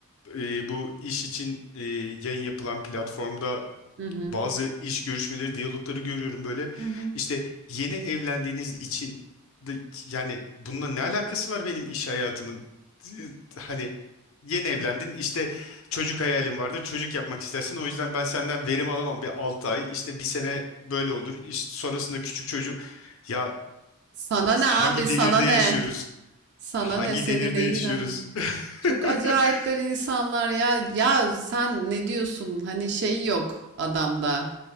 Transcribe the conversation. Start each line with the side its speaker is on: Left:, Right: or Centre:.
Left: e, bu iş için e, yayın yapılan platformda
Right: Hı hı.
Left: bazı iş görüşmeleri, diyalogları görüyorum böyle.
Right: Hı hı.
Left: İşte yeni evlendiğiniz için de, yani bununla ne alakası var benim iş hayatımın? E, Hani yeni evlendin işte çocuk hayalin vardır çocuk yapmak istersin o yüzden ben senden verim alamam bir 6 ay işte bir sene böyle olur işte sonrasında küçük çocuğu ya
Right: Sana ne
Left: hangi
Right: abi? Sana
Left: devirde
Right: ne?
Left: yaşıyoruz
Right: Sana
Left: hangi
Right: ne? Seni
Left: devirde
Right: ne
Left: yaşıyoruz
Right: ilgilendiriyor? Çok
Left: <laughs>
Right: acayipler insanlar ya. Ya sen ne diyorsun? Hani şey yok adamda.